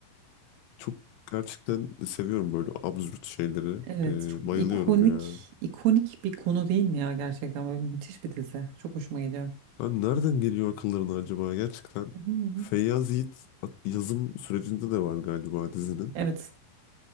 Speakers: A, on the left; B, on the right.
A: Çok gerçekten seviyorum böyle absürt şeyleri.
B: Evet,
A: Ee,
B: çok
A: bayılıyorum
B: ikonik
A: ya.
B: ikonik bir konu değil mi ya gerçekten böyle müthiş bir dizi. Çok hoşuma gidiyor.
A: Ben nereden geliyor akıllarına acaba gerçekten?
B: Hı hı hı.
A: Feyyaz Yiğit at- yazım sürecinde de var galiba dizinin.
B: Evet,